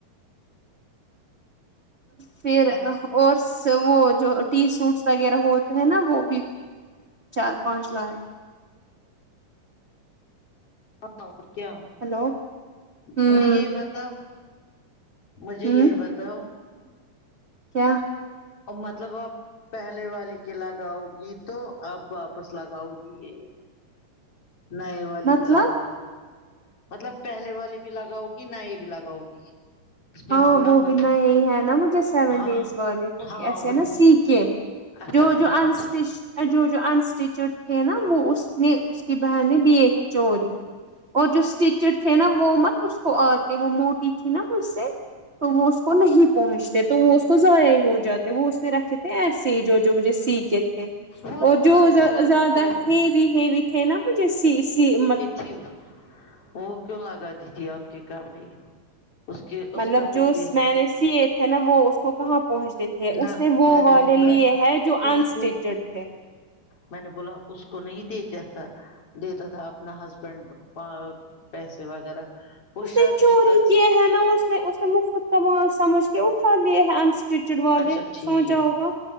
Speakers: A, on the right (about 30°); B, on the left (about 45°).
A: پھر اورس وہ جو تین سوٹس وغیرہ ہوتے ہیں نا وہ بھی چار پانچ لاے
B: ہاں تو اور کیا
A: ہلو ہوں
B: مجھے یہ بتاؤ مجھے
A: ہوں
B: یہ بتاؤ
A: کیا
B: کب مطلب اب پہلے والے کے لگاؤ گی تو اپ واپس لگاؤ گی یہ نئے والی
A: مطلب
B: بھی لگاؤ مطلب پہلے والی بھی لگاؤ گی نئے بھی لگاؤ گی اس میں
A: ہاں وہ
B: مطلب
A: بھی نئے ہی ہے نا مجھے سیون
B: ہاں
A: ڈیز والے وہ بھی
B: ہاں
A: ایسے
B: وہی
A: نا سیکے
B: اچھا
A: جو جو
B: ہے
A: ان
B: اچھا
A: اسٹیچ جو جو انس ٹیچ تھے نا وہ اس نے اس کی بہن نے لیے تھے چوری اور جو اسٹیچڈ تھے نا وہ مت اس کو آتے وہ موٹی تھی نا مجھ سے تو وہ اس کو نہیں پہنچتے تو وہ اس کو ضائع ہو جاتے وہ اس نے رکھے تھے ایسے ہی جو جو مجھے سیکے تھے
B: وہ
A: اور جو زیادہ
B: شادی کر کے
A: ہیوی ہیوی تھے نا مجھے سی سی مط
B: جی وہ کیوں لگاتی تھی آپ کے کپڑے اس کے اس
A: مطلب
B: کا پتی
A: جو س میں نے سیے تھے نا وہ اس کو کہاں پہنچتے تھے تھے
B: نہ
A: اس نے وہ
B: میں
A: والے
B: بولا
A: لیے ہیں جو
B: اس
A: انسٹیچڈ
B: کو
A: تھے
B: میں نے بولا اس کو نہیں دے جاتا دیتا تھا اپنا ہسبینڈ پا پیسے وغیرہ وہ
A: اس
B: شادی
A: نے چوری
B: شدہ
A: کیے
B: تھی
A: ہیں نا اس نے اس نے مفت کا مال سمجھ کے اٹھا لیے ہیں انسٹیچڈ والے
B: اچھا ٹھیک
A: سوچا ہوگا